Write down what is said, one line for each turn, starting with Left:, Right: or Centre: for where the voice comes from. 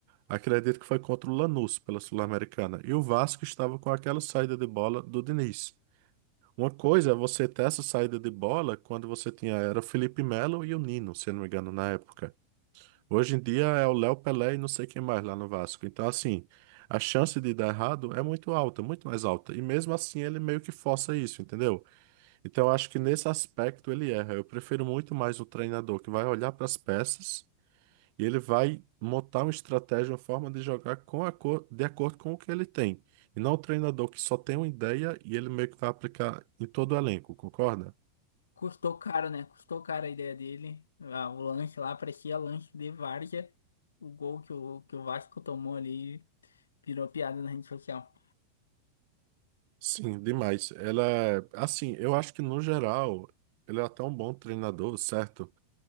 Right: acredito que foi contra o Lanús pela Sul-Americana, e o Vasco estava com aquela saída de bola do Diniz. Uma coisa é você ter essa saída de bola quando você tinha, era o Felipe Melo e o Nino, se eu não me engano, na época. Hoje em dia é o Léo Pelé e não sei quem mais lá no Vasco. Então, assim, a chance de dar errado é muito alta, muito mais alta. E mesmo assim ele meio que força isso, entendeu? Então, eu acho que nesse aspecto ele erra. Eu prefiro muito mais o treinador que vai olhar para as peças e ele vai montar uma estratégia, uma forma de jogar com a cor, de acordo com o que ele tem. E não o treinador que só tem uma ideia e ele meio que vai aplicar em todo o elenco, concorda?
Left: Custou caro, né? Custou caro a ideia dele. Ah, o lanche lá parecia lanche de várzea. O gol que o, que o Vasco tomou ali virou piada na rede social.
Right: Sim, demais. Ela, é- assim, eu acho que no geral ele é até um bom treinador, certo?